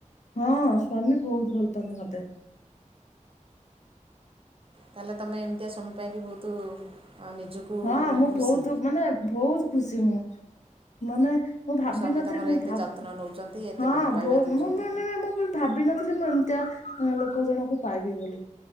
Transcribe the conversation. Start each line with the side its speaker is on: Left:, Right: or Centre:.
Left: ହଁ ସ୍ୱାମୀ ବହୁତ ଭଲ ପାଆନ୍ତି ମତେ
Right: ତାହେଲେ ତମେ ଏମିତିଆ ସ୍ୱାଇଁ ପାଇକି ବହୁତ ନିଜକୁ
Left: ହଁ
Right: ମାନେ
Left: ମୁଁ
Right: ଖୁସି
Left: ବହୁତ ମାନେ ବହୁତ ଖୁସି ମୁଁ ମାନେ ମୁଁ ଭାବିନଥିଲି
Right: ସ୍ୱାମୀ ତୁମର
Left: ମୁଁ
Right: ଏତେ
Left: ଭାବ
Right: ଯତ୍ନ ନେଉଛନ୍ତି ଏତେ
Left: ହଁ
Right: ଭଲ ପାଇବା
Left: ବ୍
Right: ଦେଉଛନ୍ତି
Left: ମୁଁ ମାନେ ମୁଁ ବି ଭାବିିନଥିଲି ମୁଁ ଏମ୍ ଲୋକ ଜଣଙ୍କୁ ପାଇବି ବୋଲିକି